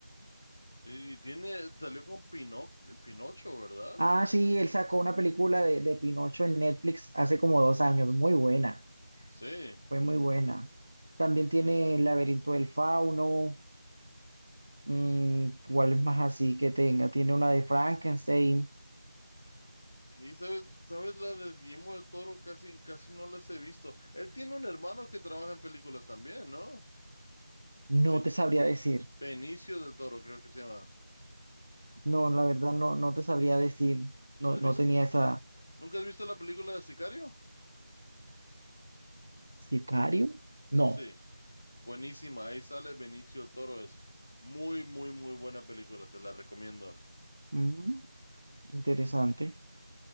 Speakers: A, on the left (about 35°); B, on the right (about 40°).
A: Y y tiene, salió con Pinoc- Pinocho, ¿verdad?
B: Ah, sí, él sacó una película de, de Pinocho en Netflix hace como dos años. Muy buena.
A: Sí.
B: Fue muy buena. También tiene El laberinto del fauno. mm, ¿cuál es más así que tenga? Tiene una de Frankenstein.
A: Sí, ¿sabes, sabes la de Guillermo del Toro? Casi, casi no las he visto. Él tiene un hermano que trabaja en películas también, ¿no?
B: No
A: Ben-
B: te sabría
A: Be-
B: decir.
A: Benicio del Toro, creo que se llama.
B: No, la verdad no, no te sabría decir. No,
A: ¿Has
B: no
A: visto,
B: tenía esa.
A: nunca has visto la película de Sicario?
B: ¿Sicario? No.
A: Sí. Buenísima, ahí sale Benicio del Toro. Es muy, muy, muy buena película, te la recomiendo.
B: Mm, interesante.